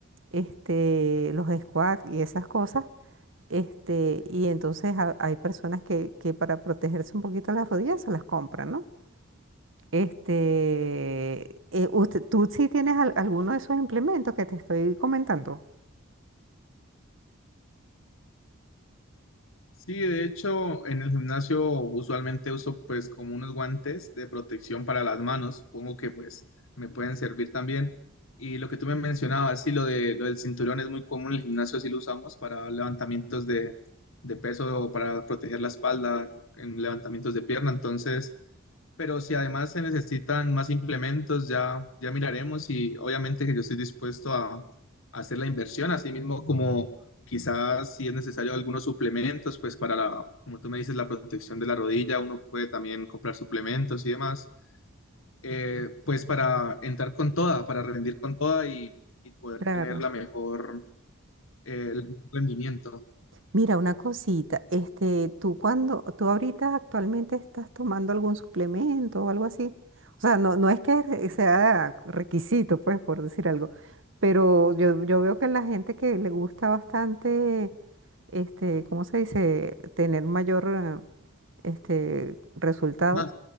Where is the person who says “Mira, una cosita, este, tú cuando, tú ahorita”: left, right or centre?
Right